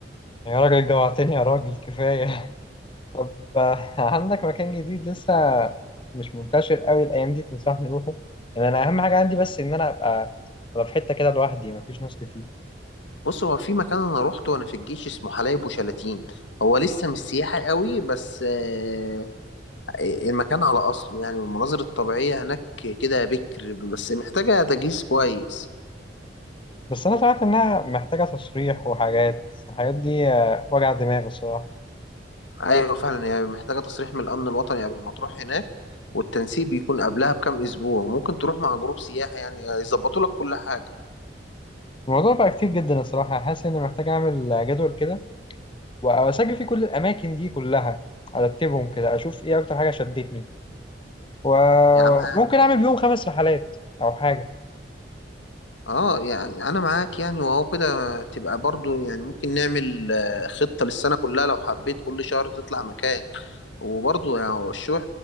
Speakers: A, on the left; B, on the left.
A: يا راجل جوعتني يا راجل كفاية طب <laughs> آه، عندك مكان جديد لسه مش منتشر قوي الايام دي تنصحني نروحه يعني انا اهم حاجه عندي بس ان انا ابقى ابقى في حته كده لوحدي مفيش ناس كتير
B: بص هو في مكان انا روحته وانا في الجيش اسمه حلايب وشلاتين هو لسه مش سياحي قوي بس آه، آه، المكان على اصله يعني والمناظر الطبيعية هناك كده بكر بس محتاجة تجهيز كويس
A: بس انا سمعت انها محتاجه تصريح وحاجات الحاجات دي آه، وجع دماغ الصراحه
B: ايوه فعلا هي محتاجة تصريح من الامن الوطني قبل ما تروح هناك والتنسيق بيكون قبلها بكام اسبوع ممكن تروح مع جروب سياحي يعني يظبطوا لك كل حاجة
A: الموضوع بقى كتير جدا الصراحه حاسس اني محتاج اعمل جدول كده واسجل فيه كل الاماكن دي كلها ارتبهم كده اشوف ايه اكتر حاجه شدتني وممكن
B: يا عم
A: اعمل بيهم خمس رحلات او حاجه
B: اه يعني انا معاك يعني وهو كده تبقى برضو يعني ممكن نعمل آه، خطة للسنة كلها لو حبيت كل شهر تطلع مكان وبرضو يعني هو الشغل